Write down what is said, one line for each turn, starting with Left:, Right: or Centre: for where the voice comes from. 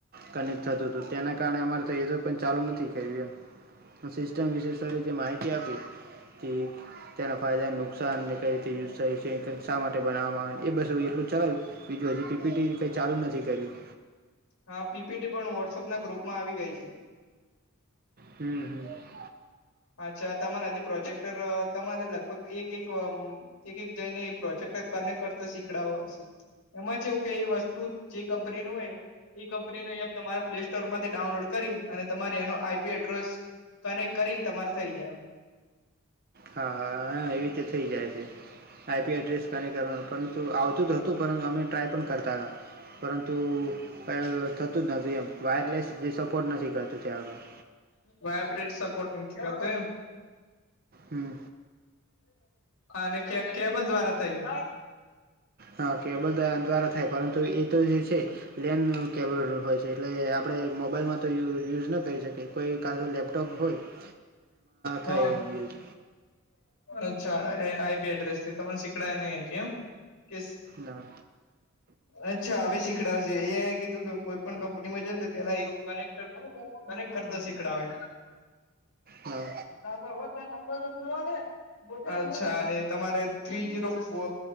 Right: કનેક્ટ થતું હતું તેના કારણે અમારે તો એજ પણ ચાલુ નથી કર્યું એમ. સિસ્ટમ વિશેષ સર એ જે માહિતી આપી. <unintelligible> તેના ફાયદાને નુકસાનને કઈ રીતે <unintelligible> <unintelligible> માટે બનાવ. બસ ચલાયું બીજું હજી પી. પી. ટી. કઈ ચાલુ નથી કર્યું
Left: હા પી. પી. ટી. પણ વોટ્સઅપ ના ગ્રુપમાં આવી ગઈ છે.
Right: હમ્મ હમ્મ
Left: અચ્છા તમારે આજે પ્રોજેક્ટર અ તમારે લગભગ એક-એક વમ એક-એક જઈ ને પ્રોજેક્ટ કનેક્ટ કરતા શીખડાઓ એમાં ચેવું કે એ વસ્તુ જે કંપની નું હોય ઇ કંપની નું એપ તમારા પ્લેસ્ટોર માંથી ડાઉનલોડ કરી અને તમારે એનો આઈ. પી. એડ્રેસ કનેક કરીન તમારે થઇ જાય એમ.
Right: હા હા હા એવી રીતે થઈ જાય છે, આઈ. પી. આડ્રેસ કનેક કરવાનું પરંતુ આવતું હતું પરં અમે ટ્રાય પણ કરતા હતા પરંતુ, કઈ થતું જ નતું એમ વાયરલેસ જે સપોર્ટ નથી કરતું ત્યાં આગળ
Left: વાયબ્રેટ સપોર્ટ નથી થતું એમ?
Right: હમ
Left: અને કે કેબલ દ્વારા થયું
Right: હા કેબલ દ્વા દ્વારા થાય પરંતુ એ તો જે છે. લેન કેબલ હોય છે, એટલે આપડે મોબાઈલમાં તો યુઝ ન કરી શકીએ કોઈ કાતો લેપટોપ હોય <inaudible> થાય
Left: હ
Right: એમ યુઝ
Left: અચ્છા એ આઈ. પી. એડ્રેસ થી તમને સીકડાયુ નહી હજી એમ કેસ
Right: ના
Left: અચ્છા હવે શીખડાવશે એ આય કીધું કે કોઈ પણ કંપનીમાં જને તો પેલા એ રિયુ કનેક્ટર કનેકટ કરતા શીખડાવે
Right: હા
Left: ધંધા પર હોય તો <unintelligible> દે અચ્છા અને તમારે થ્રી, જીરો, ફો,